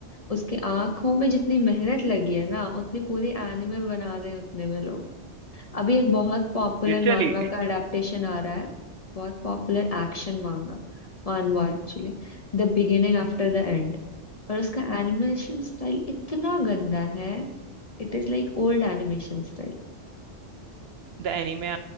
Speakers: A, on the left (about 35°); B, on the right (about 65°).
A: उसके आंखों में जितनी मेहनत लगी है ना उतनी पूरी एनिमे बना रहे हैं उतने में लोग अभी एक बहुत पॉपुलर
B: लिटरली
A: मानवा का अडेप्टेशन आ रहा है बहुत popular action manga manhwa actually the beginning after the end पर उसका एनिमेशन स्टाइल इतना गंदा है it is like old animation style
B: द एनीमे